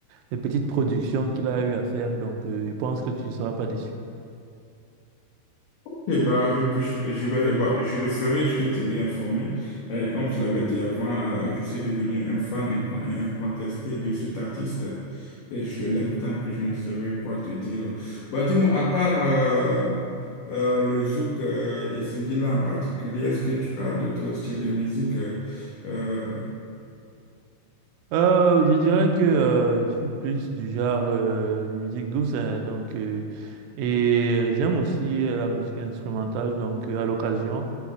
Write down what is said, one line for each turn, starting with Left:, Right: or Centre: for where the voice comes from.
Right: les petites productions qu'il a eu à faire. Donc, euh, je pense que tu ne seras pas déçu.
Left: Eh ben, je, peux- je, je vais, bah, je le ferai, je te tiendrai informé. Euh, comme je l'avais dit avant, euh, je suis devenu un fan inco- incontesté de cet artiste et je l'aime tant que je ne saurais quoi te dire. Bah, dis-moi, à part euh, euh, le zouk euh, et Singila en particulier, est-ce que tu as d'autres styles de musique? euh, euh,
Right: Euh, je dirais que euh, je suis plus du genre euh, musique douce, hein, donc euh, et euh, j'aime aussi euh, la musique instrumentale, donc euh, à l'occasion.